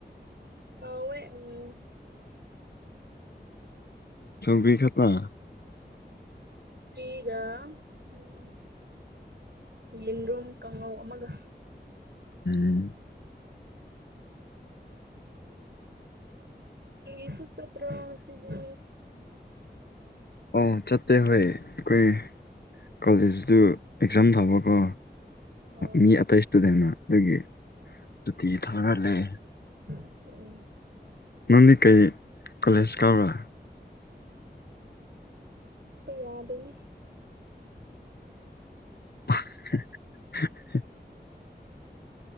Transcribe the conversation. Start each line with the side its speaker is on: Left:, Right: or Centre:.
Right: ꯑꯋꯦ ꯎꯝ
Left: ꯁꯪꯕꯤ ꯈꯠꯇ
Right: ꯐꯤꯒ ꯎꯝ ꯌꯦꯟꯗꯨꯝ ꯀꯥꯡꯉꯧ ꯑꯃꯒ
Left: ꯎꯝ
Right: ꯄꯁꯨ ꯄꯠꯇ ꯑꯁꯤꯗꯤ
Left: ꯑꯣ ꯆꯠꯇꯦ ꯍꯣꯏ ꯑꯩꯈꯣꯏ ꯀꯣꯂꯦꯖꯇꯨ ꯑꯦꯛꯖꯥꯝ ꯊꯥꯕꯀꯣ
Right: ꯑꯣ
Left: ꯃꯤ ꯑꯇꯩ ꯏꯁꯇꯨꯗꯦꯟꯅ ꯑꯗꯨꯒꯤ ꯁꯨꯇꯤ ꯊꯥꯔ ꯂꯩ
Right: ꯑꯣ
Left: ꯅꯪꯗꯤ ꯀꯩ ꯀꯣꯂꯦꯖ ꯀꯕ꯭ꯔꯥ
Right: ꯄꯩ ꯌꯥꯗꯅꯦ
Left: <inaudible>